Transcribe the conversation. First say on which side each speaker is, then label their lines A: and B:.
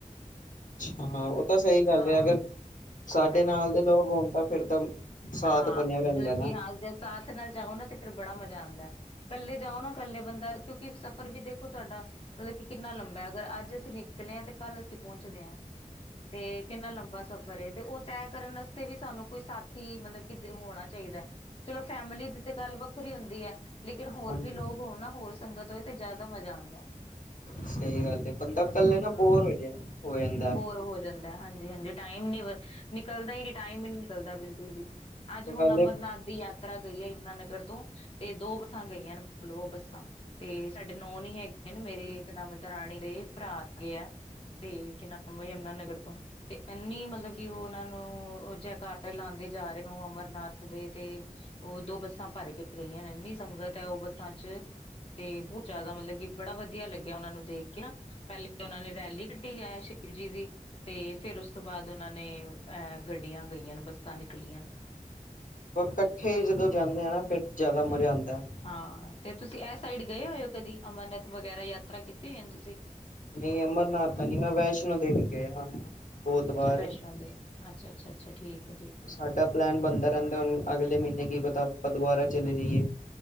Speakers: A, on the left; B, on the left.
A: ਅੱਛਾ, ਉਹ ਤਾਂ ਸਹੀ ਗੱਲ
B: ਹਾਂ
A: ਐ ਅਗਰ ਸਾਡੇ
B: ਹਾਂਜੀ
A: ਨਾਲ
B: ਹਾਂਜੀ
A: ਦੇ ਲੋਕ ਹੁਣ ਤਾਂ ਫਿਰ ਤਾਂ ਸਾਥ
B: ਹਾਂ,
A: ਬਣਿਆ ਰਹਿੰਦਾ
B: ਮਤਲਬ
A: ਨਾ
B: ਕਿ ਹਾਂ ਜੇ ਸਾਥ ਨਾਲ ਜਾਓ ਨਾ ਤੇ ਫੇਰ ਬੜਾ ਮਜ਼ਾ ਆਂਦਾ ਹੈ। ਇਕੱਲੇ ਜਾਓ ਨਾ ਇਕੱਲੇ ਬੰਦਾ ਕਿਉਂਕਿ ਸਫ਼ਰ ਵੀ ਦੇਖੋ ਤੁਹਾਡਾ ਮਤਲਬ ਕਿੰਨਾ ਲੰਬਾ ਐ ਅਗਰ ਅੱਜ ਅਸੀਂ ਨਿਕਲੇ ਹਾਂ ਤੇ ਕੱਲ੍ਹ ਅਸੀਂ ਪਹੁੰਚਦੇ ਆਂ ਤੇ ਕਿੰਨਾ ਲੰਬਾ ਸਫ਼ਰ ਤੇ ਉਹ ਤੈਅ ਕਰਨ ਆਸਤੇ ਵੀ ਸਾਨੂੰ ਹੀ ਮਤਲਬ ਕਿ ਹੋਣਾ ਚਾਹੀਦਾ ਹੈ ਚਲੋ ਫੈਮਿਲੀ ਦੀ ਤੇ ਗੱਲ ਵੱਖਰੀ ਹੁੰਦੀ ਹੈ। ਲੇਕਿਨ
A: ਹਾਂਜੀ
B: ਹੋਰ ਵੀ ਲੋਕ ਹੋਣ ਨਾ ਹੋਰ ਸੰਗਤ ਹੋਏ ਤੇ ਜਾਦਾ ਮਜ਼ਾ ਆਦਾ।
A: ਸਹੀ ਗੱਲ ਐ ਬੰਦਾ ਕੱਲੇ ਨਾ
B: ਹਾਂ
A: ਬੋਰ ਹੋ ਹੋ ਜਾ
B: ਬੋਰ ਹੋ ਜਾਂਦਾ ਹਾਂਜੀ-ਹਾਂਜੀ ਟਾਈਮ ਨੀ ਨਿਕਲਦਾ ਹੀ ਨੀ ਟਾਈਮ ਹੀ ਨੀ ਨਿਕਲਦਾ ਬਿਲਕੁਲ ਵੀ ਅੱਜ ਹੁਣ
A: ਪਹਿਲੇ
B: ਅਮਰਨਾਥ ਦੀ ਯਾਤ ਤਰਾ ਗਈ ਆ ਯਮੁਨਾ ਨਗਰ ਤੋਂ ਤੇ ਦੋ ਬੱਸਾਂ ਗਈਆਂ ਨੇ ਮਤਲਬ ਬੱਸਾਂ। ਤੇ ਸਾਡੇ ਨੋਨ ਹੀ ਹੈਗੇ ਮੇਰੇ ਇੱਕਦਮ ਦਰਾਣੀ ਦੇ ਭਰਾ ਹੈਗੇ ਆ ਤੇ ਕੀ ਨਾਮ ਹੈ ਯਮੁਨਾ ਨਗਰ ਤੋਂ। ਤੇ ਇਨੀ ਮਤਲਬ ਕਿ ਉਹ ਉਹਨਾਂ ਨੂੰ ਜੈਕਾਰੇ ਲਾਦੇ ਜਾ ਰਹੇ ਨੇ ਉਹ ਅਮਰਨਾਥ ਦੇ ਤੇ ਉਹ ਦੋ ਬੱਸਾਂ ਭਰ ਕੇ ਗਈਆਂ ਨੇ ਇੰਨੀ ਸੰਗਤ ਹੈ ਉਹ ਬੱਸਾਂ ਚ। ਤੇ ਬਹੁਤ ਜਾਦਾ ਮਤਲਬ ਕਿ ਬੜਾ ਵਧੀਆ ਲੱਗਿਆ ਉਹਨਾਂ ਨੂੰ ਦੇਖ ਕੇ ਨਾ। ਪਹਿਲੇ ਉਹਨਾਂ ਨੇ ਰੈਲੀ ਕੱਢੀ ਐਸ਼ ਸ਼ਿਵ ਜੀ ਦੀ ਤੇ ਫੇਰ ਉਸ ਤੋਂ ਬਾਦ ਉਹਨਾਂ ਨੇ ਅਹ ਗੱਡੀਆਂ ਗਈਆਂ ਬੱਸਾਂ ਨਿਕਲੀਆ ਨੇ।
A: ਕੱਠੇ ਜਦੋ ਜਾਨੇ ਆ ਨਾ ਫੇਰ ਜਾਦਾ ਮਜ਼ਾ ਆਂਦਾ।
B: ਹਾਂ ਤੇ ਤੁਸੀਂ ਇਹ ਸਾਈਡ ਗਏ ਹੋਏ ਹੋ ਕਦੀ ਅਮਰਨਾਥ ਵਗੈਰਾ ਯਾਤਰਾ ਕੀਤੀ ਹੋਈ ਤੁਸੀ।
A: ਨਹੀ ਅਮਰਨਾਥ ਤਾਂ ਨੀ ਮੈਂ ਵੈਸ਼ਨੋ ਦੇਵੀ ਗਿਆ ਹੋਇਆ। ਬਹੁਤ ਵਾਰ
B: ਅੱਛਾ ਵੈਸ਼ਨੋ ਦੇਵੀ ਅੱਛਾ-ਅੱਛਾ, ਅੱਛਾ ਠੀਕ ਹੈ-ਠੀਕ ਹੈ
A: ਸਾਡਾ
B: ਠੀਕ।
A: ਪਲੈਨ ਬਣਦਾ ਰਹਿੰਦਾ ਹੁਣ ਅਗਲੇ ਮਹੀਨੇ ਕੀ ਪਤਾ ਆਪਾ ਦੁਬਾਰਾ ਚਲੇ ਜਾਈਏ।